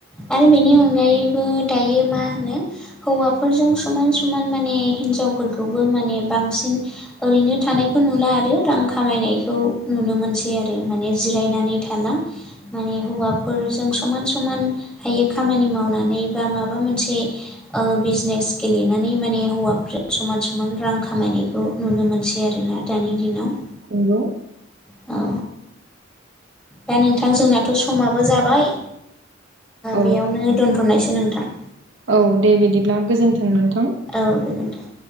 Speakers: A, in the centre; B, on the right (about 70°).
A: आरो बेनि अनगायैबो दायो मा होनो हौवाफोरजों समान समान माने हिनजावफोरखौबो माने बांसिन ओरैनो थानायखौ नुला आरो रां खामायनायखौ नु ननो मोनसै आरो माने जिरायनानै थाला माने हौवा फोरजों समान समान हायो खामानि मावनानै बा माबा मोनसे ओ बिजनेस सिगेलेनानै माने हौवाफोरजों समान समान रां खामायनायखौ नुनो मोनसै आरोना दानि दिनाव।
B: नंगौ।
A: औ दा नोंथां जोंनाथ' समाबो जाबाय
B: औ
A: बेयावनो दोनथ' थ'नायसै नोंथां
B: औ दे बिदिब्ला गोजोन्थों नों
A: औ गोजोन्थों